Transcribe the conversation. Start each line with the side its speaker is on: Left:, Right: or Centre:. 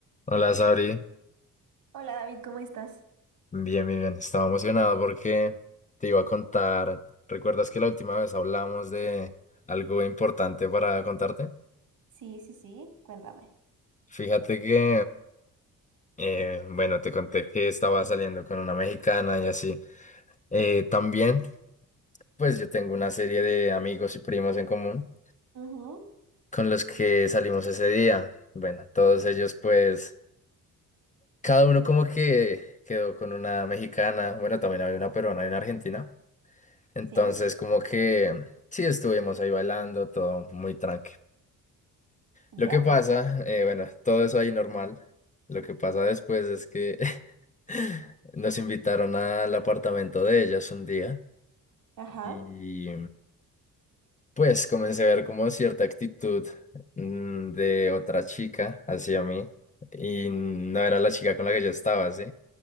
Left: Hola, Sabri.
Right: Hola David, ¿cómo estás?
Left: Bien, bien, bien. Estaba emocionado porque te iba a contar. ¿Recuerdas que la última vez hablamos de algo importante para contarte?
Right: Sí, sí, sí, cuéntame.
Left: Fíjate que, eh, bueno, te conté que estaba saliendo con una mexicana y así. Eh, también, pues yo tengo una serie de amigos y primos en común
Right: Ujú,
Left: con los que salimos ese día. Bueno, todos ellos, pues, cada uno como que quedó con una mexicana. Bueno, también había una peruana y una argentina. Entonces,
Right: Sí,
Left: como que sí estuvimos ahí bailando, todo muy tranqui.
Right: Ya,
Left: Lo que pasa,
Right: ok.
Left: eh, bueno, todo eso ahí normal. Lo que pasa después es que <laughs> nos invitaron al apartamento de ellas un día
Right: ajá,
Left: y pues comencé a ver como cierta actitud mm, de otra chica hacia mí y no era la chica con la que yo estaba, ¿sí?